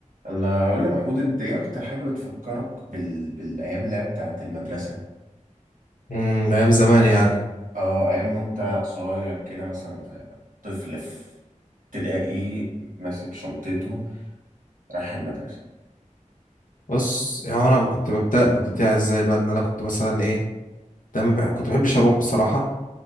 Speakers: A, on the right; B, on the left.
A: انا اقول لي يا محمود انت ايه اكتر حاجه بتفكرك بال... بالايام اللي هي بتاعت المدرسه
B: امم ايام زمان يعني
A: اه ايام وانت صغير كده مثلا طفل في ابتدائي ماسك شنطته رايح المدرسه
B: بص يعني انا كنت ببدا ببتديها ازاي بقى ان انا كنت مثلا ايه دايما بح... كنت بحبش اروح بصراحه